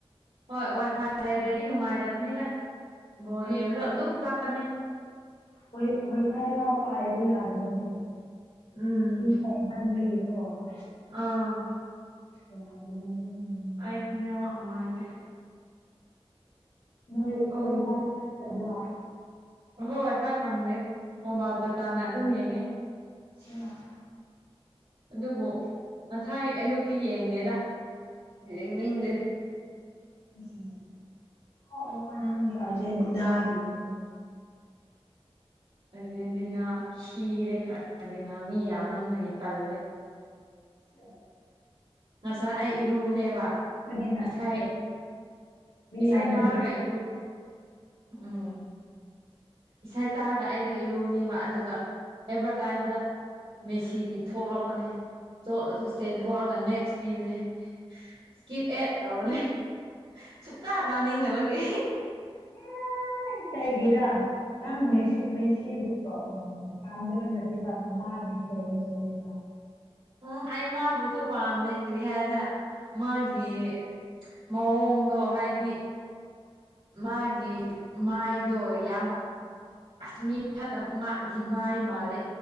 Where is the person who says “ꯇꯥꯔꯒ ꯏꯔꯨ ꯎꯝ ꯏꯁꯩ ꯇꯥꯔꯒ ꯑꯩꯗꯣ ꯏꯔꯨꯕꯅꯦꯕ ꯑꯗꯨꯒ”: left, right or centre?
Right